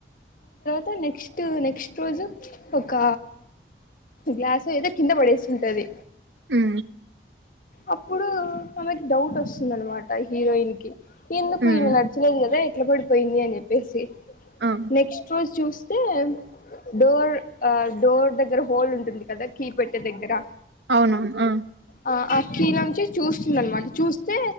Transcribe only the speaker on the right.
ఆ
హ్మ్.
ఆ!
అవునవును. ఆ!